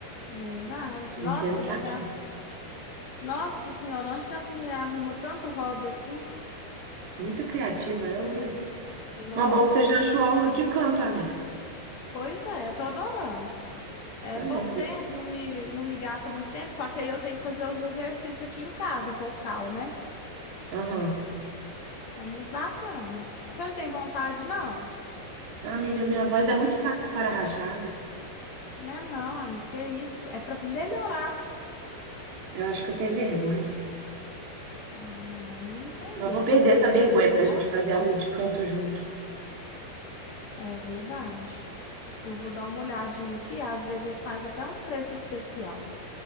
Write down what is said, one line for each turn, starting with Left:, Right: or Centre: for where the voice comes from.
Left: verdade.
Right: Nós
Left: Nossa,
Right: temos
Left: mas
Right: que achar.
Left: a. Nossa senhora, onde que essa mulher arruma tanto hobby assim?
Right: Muito criativa ela, né?
Left: Nossa,
Right: Mas bom que você
Left: deve
Right: já
Left: ficar.
Right: achou aula de canto, amiga.
Left: Pois é, tô adorando. É
Right: Pois
Left: pouco
Right: é.
Left: tempo, não me, não me gasta muito tempo, só que aí eu tenho que fazer os exercícios aqui em casa, vocal, né?
Right: Aham.
Left: É muito bacana. Você não tem vontade, não?
Right: Amiga, minha voz é muito taquara rachada.
Left: Né, não, amiga, que isso? É pra melhorar.
Right: Eu acho que eu tenho vergonha.
Left: Ah, não, aí não tem
Right: Mas
Left: jeito,
Right: vou perder
Left: né? Você
Right: essa vergonha
Left: tem vergonha?
Right: pra gente fazer aula de canto junto.
Left: É verdade. Eu vou dar uma olhadinha aqui. Às vezes faz até um preço especial.